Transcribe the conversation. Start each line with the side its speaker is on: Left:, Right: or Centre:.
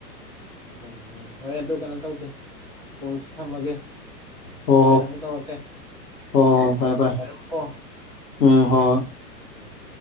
Centre: ꯍꯣꯏꯅꯦ ꯍꯣꯏꯅꯦ ꯍꯣꯏ ꯑꯗꯨ ꯀꯩꯅꯣ ꯇꯧꯗꯦ ꯀꯣꯜꯁꯨ ꯊꯝꯃꯒꯦ
Left: ꯍꯣ
Centre: ꯍꯣꯔꯦꯟ ꯑꯃꯨꯛ ꯇꯧꯔꯛꯀꯦ
Left: ꯍꯣ ꯍꯣ ꯐꯔꯦ ꯐꯔꯦ
Centre: ꯄꯥꯏꯔꯛꯎꯀꯣ
Left: ꯎꯝ ꯍꯣꯏ
Centre: ꯎꯝ